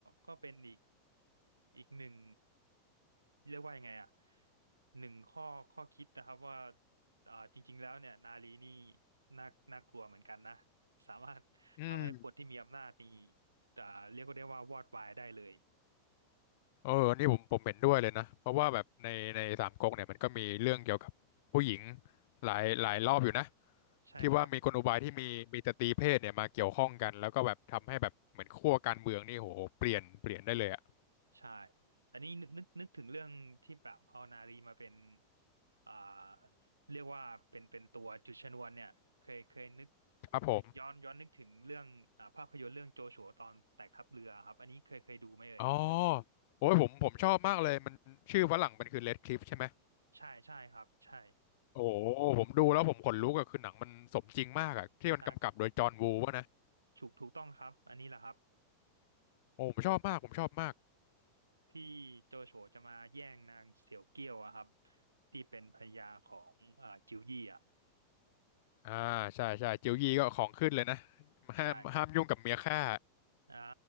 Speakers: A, on the right; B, on the left.
A: ก็เป็นอีกอีกหนึ่งเรียกว่ายังไงอ่ะหนึ่งข้อข้อคิดนะครับว่าอ่าจริงๆแล้วเนี่ยนารีนี่น่าน่ากลัวเหมือนกันนะสามารถทำให้คนที่มีอำนาจนี่
B: อืม
A: อ่าเรียกได้ว่าวอดวายได้เลย
B: เอออันนี่ผมผมเห็นด้วยเลยนะ เพราะว่าแบบในในสามก๊กเนี่ยมันก็มีเรื่องเกี่ยวกับผู้หญิงหลายหลายรอบอยู่นะ
A: ใช่ครับ
B: ที่ว่ามีกลอุบายที่มีมีสตรีเพศเนี่ยมาเกี่ยวข้องกันแล้วก็แบบทำให้แบบเหมือนขั้วการเมืองนี่โหเปลี่ยนเปลี่ยนได้เลยอะ
A: ใช่ อันนี้นึกนึกนึกถึงเรื่องที่แบบเอานารีมาเป็นอ่าเรียกว่าเป็นเป็นตัวจุดชนวนเนี่ยเคยเคยนึก
B: ครับผม
A: ผมย้อนย้อนนึกถึงเรื่องอ่าภาพยนตร์เรื่องโจชัวตอนแตกทัพเรือครับอันนี้เคยเคยดูไหมเอ่ย
B: อ๋อโอ้ยผมผมชอบมากเลยมันชื่อฝรั่งมันคือ Red Cliff ใช่ไหม
A: ใช่ใช่ครับใช่
B: โอ้โหผมดูแล้วผมขนลุกอะคือหนังมันสมจริงมากอะที่มันกำกับโดยจอห์นวูวะนะ
A: ใช่ถูกถูกต้องครับอันนี้แหละครับ
B: โอ้ผมชอบมากผมชอบมาก
A: ที่โจโฉจะมาแย่งนางเสี่ยวเกี้ยวอะครับที่เป็นภรรยาของอ่าจิวยี่อ่ะ
B: อ่าใช่ใช่จิ๋วยีก็ของขึ้นเลยนะ
A: ใช่
B: ห้ามห้ามยุ่งกับเมียข้า
A: อ่า